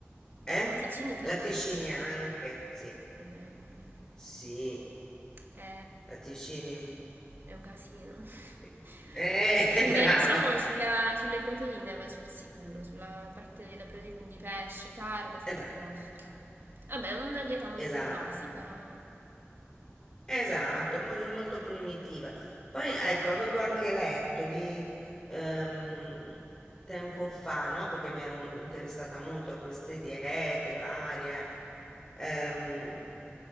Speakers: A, on the left (about 20°); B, on the right (about 55°).
A: eh?
B: I latticini ti
A: Latticini
B: danno problemi.
A: anche, sì,
B: problemi.
A: sì,
B: È,
A: latticini.
B: è un casino. <laughs>
A: sì. Eh, <laughs>
B: Sulle,
A: brava,
B: diciamo,
A: <laughs>
B: sulla- sulle proteine vai sul sicuro, sulla parte delle proteine, quindi pesce, carne, stai
A: esatto,
B: a posto. Vabbè, è una dieta molto
A: esatto.
B: basica.
A: Esatto, mol molto primitiva. Poi ecco, avevo anche letto di ehm, tempo fa, no? Perché mi ero un- interessata molto a queste diete varie. ehm,